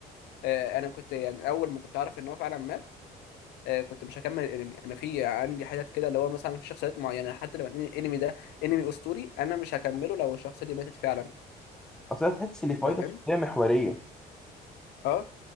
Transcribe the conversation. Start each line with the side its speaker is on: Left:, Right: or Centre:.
Left: آه، انا كنت يعني اول ما كنت عارف ان هو فعلا مات آه، كنت مش هكمل الانمي انا في عندي حاجات كده اللي هو مثلا في شخصيات معينه حتى لو الانمي ده انمي اسطوري انا مش هكمله لو الشخصيه دي ماتت فعلا
Centre: اصل أنا تحس ان فايده
Left: فاهم
Centre: شخصيه محوريه
Left: اه